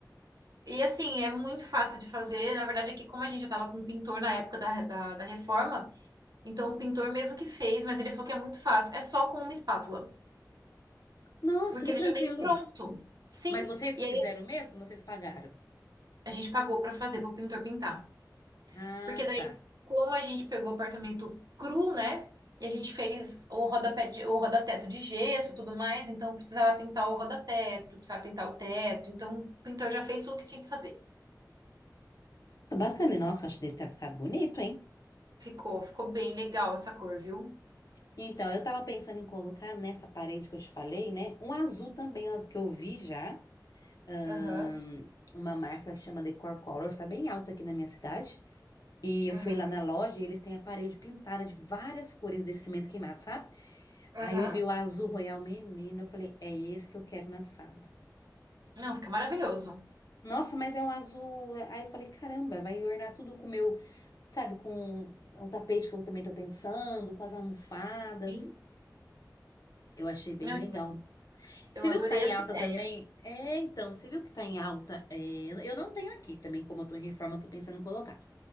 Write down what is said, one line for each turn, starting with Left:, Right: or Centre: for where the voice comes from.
Right: E assim, é muito fácil de fazer. Na verdade, aqui, como a gente já estava com um pintor na época da, da, da reforma, então o pintor mesmo que fez, mas ele falou que é muito fácil. É só com uma espátula.
Left: Nossa,
Right: Porque
Left: que
Right: ele
Left: tranquilo.
Right: já vem pronto. Sim.
Left: Mas vocês
Right: E
Left: que
Right: aí
Left: fizeram mesmo, vocês pagaram?
Right: a gente pagou para fazer, para o pintor pintar.
Left: Ah,
Right: Porque daí,
Left: tá.
Right: como a gente pegou o apartamento cru, né? E a gente fez o rodapé de, o rodateto de gesso, e tudo mais, então precisava pintar o rodateto, precisava pintar o teto. Então, o pintor já fez tudo que tinha que fazer.
Left: Tá Bacana, e nossa, acho que deve ter ficado bonito, hein?
Right: Ficou, ficou bem legal essa cor, viu?
Left: Então, eu tava pensando em colocar nessa parede que eu te falei, né? Um azul também, ó, que eu vi já. ahn,
Right: Aham,
Left: uma marca que chama Decor Colors, tá bem alta aqui na minha cidade. E eu
Right: aham,
Left: fui lá na loja e eles têm a parede pintada de várias cores desse cimento queimado, sabe?
Right: aham,
Left: Aí eu vi o azul royal menino, eu falei, é esse que eu quero na sala.
Right: Não, fica maravilhoso.
Left: Nossa, mas é um azul. Aí eu falei, caramba, vai ornar tudo com o meu, sabe, com o tapete que eu também tô pensando, com as almofadas.
Right: Sim.
Left: Eu achei bem
Right: Não,
Left: legal. Você
Right: eu adorei
Left: viu que tá em
Right: essa
Left: alta
Right: ideia.
Left: também? É, então, você viu que tá em alta? É, eu não tenho aqui também, como eu tô em reforma, eu tô pensando em colocar.